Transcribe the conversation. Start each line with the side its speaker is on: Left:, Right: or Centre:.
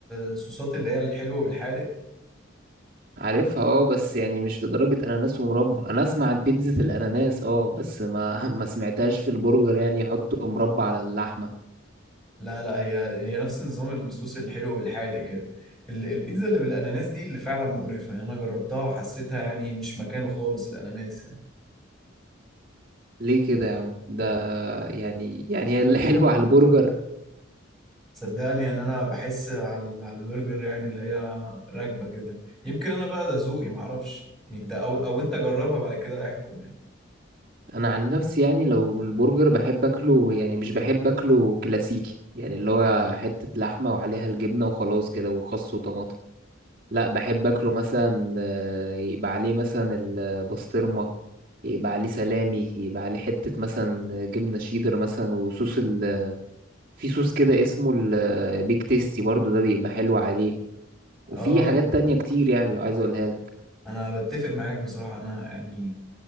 Centre: الصوصات اللي هي الحلوه والحادق
Right: عارفها اه بس يعني مش لدرجه اناناس ومربى انا اسمع عن بيتزا الاناناس اه بس ما <laughs> ما سمعتهاش في البرجر يعني يحطوا مربى على اللحمه
Centre: لا لا هي هي نفس نظام الصوص الحلو بالحادق كده ال- البيتزا اللي بالاناناس دي اللي فعلا مقرفه يعني انا جربتها وحسيتها يعني مش مكانه خالص الاناناس يعني
Right: ليه كده يا عم ده يعني يعني الحلو على البرجر
Centre: صدقني ان انا بحس على على البرجر يعني اللي هي راكبه كده يمكن انا بقى ده ذوقي معرفش يعني انت او او انت جربها بعد كده احكم يعني
Right: انا عن نفسي يعني لو البرجر بحب اكله يعني مش بحب اكله كلاسيكي يعني اللي هو حتة لحمة وعليها الجبنة وخلاص كده وخس وطماطم لا بحب اكله مثلا آه، يبقى عليه مثلا البسطرمة يبقى عليه سلامي يبقى عليه حتة مثلا جبنة شيدر مثلا وصوص ال... في صوص كده اسمه البيك تيستي برضو ده بيبقى حلو عليه وفي
Centre: اه
Right: حاجات
Centre: آه.
Right: تانية كتير يعني لو عايز اقولها لك
Centre: انا بتفق معاك بصراحه انا يعني